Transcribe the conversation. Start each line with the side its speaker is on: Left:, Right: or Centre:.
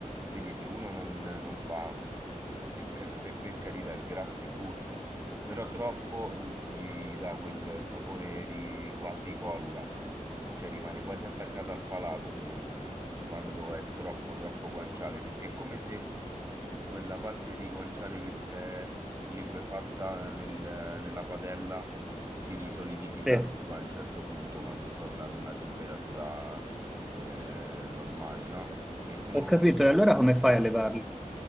Right: Quindi se uno non, non fa, e pe- pe- per carità, il grasso è gusto, però troppo l- gli dà quel sapore di quasi colla, cioè rimane quasi attaccato al palato, secondo me, quando è troppo troppo guanciale, perché è come se quella parte di guanciale che si è liquefatta nel- nella padella si risolidificasse
Centre: Eh,
Right: poi a un certo punto quando torna ad una temperatura eh, normale, no? È come
Centre: ho
Right: se
Centre: capito,
Right: si
Centre: e allora come fai a levarla?